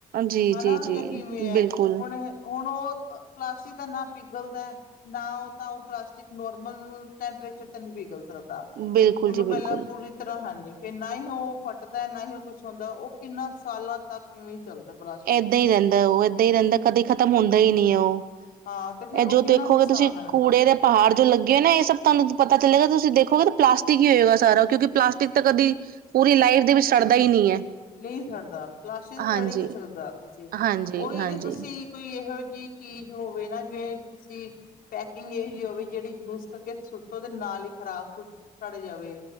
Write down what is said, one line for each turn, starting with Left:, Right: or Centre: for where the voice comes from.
Right: ਜੀ
Left: ਹਨਾ
Right: ਜੀ ਜੀ
Left: ਜਾਂ ਕਿਵੇਂ ਹੈ
Right: ਬਿਲਕੁਲ
Left: ਹੁਣ ਹੁਣ ਉਹ? ਪਲਾਸਟਿਕ ਤਾਂ ਨਾ ਪਿਘਲਦਾ ਨਾ ਉਹ ਤਾਂ ਉਹ ਪਲਾਸਟਿਕ ਨੋਰਮਲ‌। ਟੈਂਪਰੇਚਰ ਤਾਂ ਨਹੀਂ ਪਿਘਲ ਸਕਦਾ
Right: ਬਿਲਕੁਲ
Left: ਉਹਨੂੰ
Right: ਜੀ ਬਿਲਕੁਲ
Left: ਪਹਿਲਾਂ ਪੂਰੀ ਤਰ੍ਹਾਂ ਹਾਂਜੀ। ਫੇਰ ਨਾ ਹੀ ਉਹ ਫਟਦਾ ਨਾ ਹੀ ਉਹ ਕੁਛ ਹੁੰਦਾ ਉਹ ਕਿੰਨਾ ਸਾਲਾਂ ਤੱਕ ਕਿਵੇਂ ਚੱਲਦਾ। ਪਲਾਸਟਿਕ
Right: ਏਦਾਂ ਹੀ ਰਹਿੰਦਾ ਉਹ ਏਦਾਂ ਹੀ ਰਹਿੰਦਾ ਕਦੇ ਖ਼ਤਮ ਹੁੰਦਾ ਹੀ ਨਹੀਂ ਉਹ।
Left: ਹਾਂ ਤੇ ਫਿਰ
Right: ਇਹ
Left: ਉਹ
Right: ਜੋ
Left: ਕਿੰਨਾ
Right: ਦੇਖੋਗੇ
Left: ਨੁਕਸਾਨ
Right: ਤੁਸੀਂ
Left: ਹੈ
Right: ਕੂੜੇ ਦੇ ਪਹਾੜ ਜੋ ਲੱਗੇ ਹੋ ਨਾ ਇਹ ਸਭ। ਤੁਹਾਨੂੰ ਪਤਾ ਚਲੇਗਾ ਤੁਸੀਂ ਦੇਖੋਗੇ ਤਾਂ ਪਲਾਸਟਿਕ ਹੀ ਹੋਏਗਾ ਸਾਰਾ ਕਿਉਂਕਿ ਪਲਾਸਟਿਕ ਤਾਂ ਕਦੀ ਪੂਰੀ ਲਾਈਫ ਦੇ ਵਿੱਚ ਸੜ। ਸੜਦਾ ਹੀ ਨਹੀਂ ਹੈ।
Left: ਨਹੀਂ ਸੜਦਾ ਪਲਾਸਟਿਕ
Right: ਹਾਂਜੀ
Left: ਸੜ ਹੀ ਨਹੀਂ ਸਕਦਾ ਤੁਸੀਂ
Right: ਹਾਂਜੀ
Left: ਉਹੀ
Right: ਹਾਂਜੀ
Left: ਜੇ ਤੁਸੀਂ ਕੋਈ। ਇਹੋ ਜਿਹੀ ਚੀਜ਼ ਹੋਵੇ ਨਾ ਜਿਵੇਂ ਤੁਸੀਂ। ਪੈਕਿੰਗ ਇਹ ਜਿਹੀ ਹੋਵੇ ਜਿਹੜੀ ਯੂਜ ਕਰਕੇ ਸੁੱਟੋ ਤੇ ਨਾਲ ਹੀ ਖ਼ਰਾਬ। ਸੜ ਜਾਵੇ